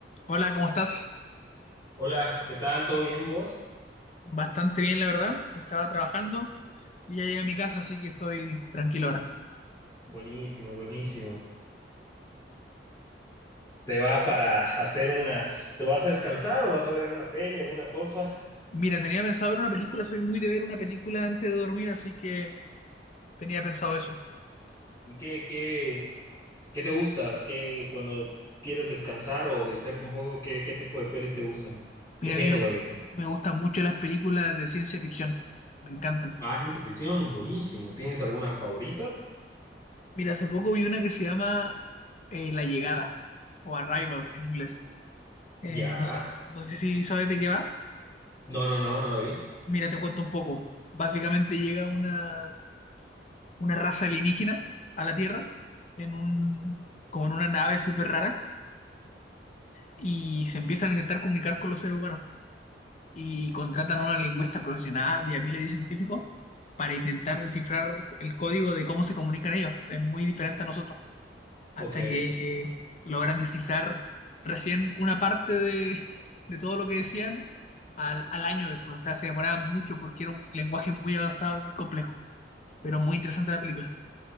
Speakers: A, on the left; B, on the left.
A: Hola, ¿cómo estás?
B: Hola, ¿qué tal? ¿Todo bien vos?
A: Bastante bien, la verdad. Estaba trabajando y ya llegué a mi casa, así que estoy tranquilo ahora.
B: Buenísimo, buenísimo. ¿Te va para hacer unas, te vas a descansar o vas a ver alguna peli, alguna cosa?
A: Mira, tenía pensado ver una película, soy muy de ver una película antes de dormir, así que tenía pensado eso.
B: ¿Y qué, qué, qué te gusta? ¿Qué, cuando quieres descansar o distraerte un poco, qué, qué tipo de pelis te gustan?
A: Mira,
B: ¿Qué género,
A: a mí me gust-
B: digo?
A: me gustan mucho las películas de ciencia ficción, me encantan.
B: Ah, ciencia ficción, buenísimo. ¿Tienes alguna favorita?
A: Mira, hace poco vi una que se llama eh, La Llegada, o Arrival en inglés. Eh,
B: Ya.
A: no, s- no sé si sabes de qué va.
B: No, no, no, no la vi.
A: Mira, te cuento un poco. Básicamente llega una una raza alienígena a la Tierra, en un, como en una nave súper rara, y se empiezan a intentar comunicar con los seres humanos. Y contratan a una lingüista profesional y a miles de científicos para intentar descifrar el código de cómo se comunican ellos. Es muy diferente a nosotros. Hasta
B: Ok.
A: que logran descifrar recién una parte de, de todo lo que decían al, al año después. O sea, se demoraba mucho porque era un lenguaje muy avanzado y muy complejo. Pero muy interesante la película.